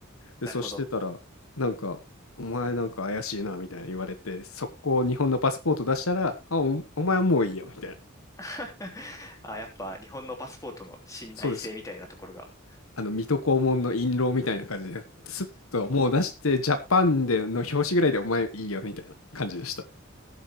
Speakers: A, on the left; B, on the left.
A: で、
B: なるほど。
A: そうしてたら、なんか、お前なんか怪しいなみたいに言われて、速攻日本のパスポート出したら、あ、おお前はもういいよみたいな。
B: <laughs> あ、やっぱ日本のパスポートの信頼性みたいなところが。
A: そうですあの、水戸黄門の印籠みたいな感じで、スッともう出して、ジャパンでの表紙ぐらいでお前いいよみたいな感じでした。